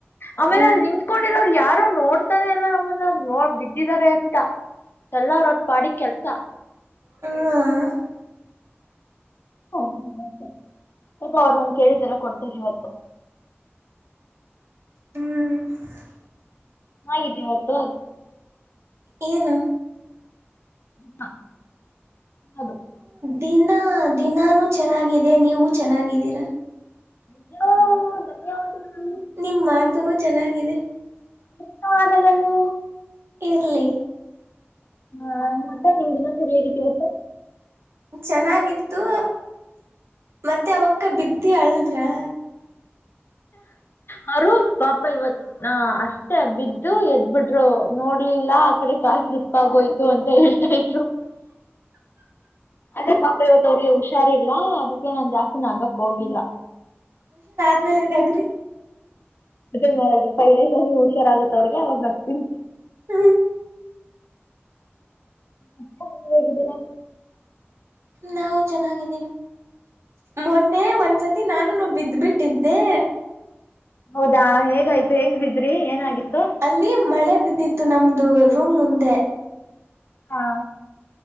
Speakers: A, on the left (about 55°); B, on the right (about 75°).
A: ಆಮೇಲೆ
B: ಹ
A: ಅಲ್ಲಿ ನಿಂತ್ಕೊಂಡಿರೋರು ಯಾರು ನೋಡ್ತಾರೆ ಎಲ್ಲ ನಮ್ಮನ್ನ ನೋ ಬಿದ್ದಿದ್ದಾರೆ ಎಲ್ಲರ ಅವ್ರ ಪಾಡಿ ಕೆಲ್ಸ
B: ಹಾ
A: ಹ ಅವ್ರ ನನ್ ಕೇಳಿದ್ದೆಲ್ಲ ಕೊಡ್ತದ ಇವತ್ತು
B: ಹ್ಮ್
A: ಹಾಗಿದ್ದೀ ಮತ್ತು ಅದು
B: ಏನು
A: ಹ <inaudible> ಅದು
B: ದಿನಾ ದಿನಾನೂ ಚೆನ್ನಾಗಿದೆ ನೀವು ಚೆನ್ನಾಗಿದ್ದೀರಾ
A: ಅ್ಯ <inaudible>
B: ನಿಮ್ ಮಾತುನುೂ ಚೆನ್ನಾಗಿದೆ
A: ಧನ್ಯವಾದಗಳು
B: ಇರ್ಲಿ
A: ಹಾ ಮತ್ತ ನಿಮ ದಿನ ಸರಿ ಹೇಗಿತಿವತ್ತ
B: ಚೆನ್ನಾಗಿತ್ತು ಮತ್ತೆ ಅವಕ್ಕ ಬಿದ್ದ ಯಲದ್ರಾ
A: ಅವರು ಪಾಪ ಇವತ್ ಅಷ್ಟೇ ಬಿದ್ದು ಎದ್ಬಿಟ್ರು ನೋಡ್ಲಿಲ್ಲ ಆ ಕಡೆ ಕಾಸಿಲಿಪ್ಪಾಗೋಯ್ತು ಅಂತ ಹೇಳ್ತಾ ಇದತ್ರು ಅದೇ ಪಾಪ ಇವತ ಅವಿಗೆ ಹುಷಾರಿ ಲಾ ಅದು ನ ಜಾಸ್ತಿ ನಗಕ್ ಹೋಗಿಲ್ಲ
B: ನಲೆಂದಾಗ್ರಿ
A: ಅದೇ ಮಾಡೋದು ರೈ ಹುಷಾರ ಆಗತ್ತತ್ ಅವ್ರಿಗೆ ಅವವಾಗ ಬರ್ತೀನಿ
B: ಹ್ಮ
A: ಅಪ್ಪ ಅಮ್ಮ ಹೇಗಿದ್ದೀರಾ?
B: ನಾವು ಚೆನ್ನಾಗಿದಿವಿ ಮೊನ್ನೆ ಒಂದ್ಸತಿ ನಾನುನು ಬಿದ್ದ್ಬಿಟ್ಟಿದ್ದೆ
A: ಹೌದಾ ಹೇಗಯ್ತು ಹೇಂಗ ಬಿದ್ರಿ ಏನಾಗಿತ್ತು
B: ಅಲ್ಲಿ ಮಳೆ ಬಿದ್ದಿತ್ತು ನಮ್ದು ರೂಮ್ ಮುಂದೆ
A: ಹಾ